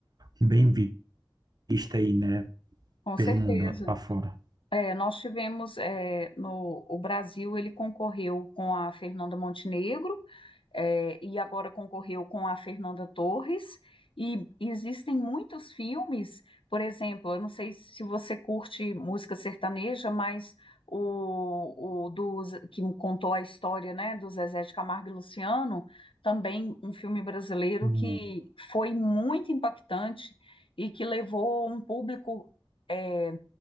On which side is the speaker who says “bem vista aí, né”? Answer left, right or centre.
Right